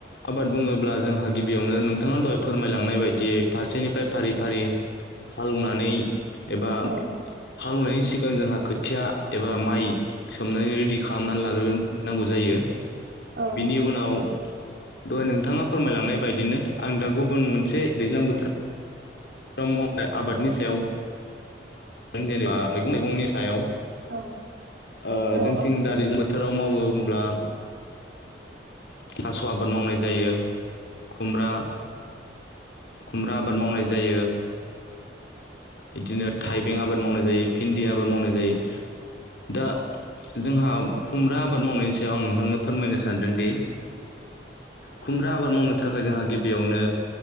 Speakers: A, on the left; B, on the right.
A: आबाद बुङोब्ला जोंहा गिबियावनो नोंथाङा दहाय फोरमायलांनाय बायदियै फारसेनिफ्राय फारि फारि हाल एवनानै एबा
B: औ
A: हाल एवनायनि सिगां जोंहा खोथिया एबा माइ सोमनानै रेडि खालामनानै लाग्रोनांगौ जायो <inaudible>
B: औ
A: बिनि उनाव दहाय नोंथाङा फोरमायलांनाय बायदिनो आं दा गुबुन मोनसे दैज्लां बोथोर राव मावनाय आबादनि सायाव जेनेबा मैगं थाइगंनि सायाव
B: औ
A: ओ
B: औ
A: जोंथिं <unintelligible> बोथोराव मावो होमब्ला थास' आबाद मावनाय जायो खुमब्रा खुमब्रा आबाद मावनाय जायो बिदिनो थाइबें आबाद मावनाय जायो भिन्दि आबाद मावनाय जायो दा जोंहा खुमब्रा आबाद मावनायनि सायाव आं नोंथांनो फोरमायनो सानदोंदि
B: <inaudible>
A: खुमब्रा आबाद मावनो थाखाय जोंहा गिबियावनो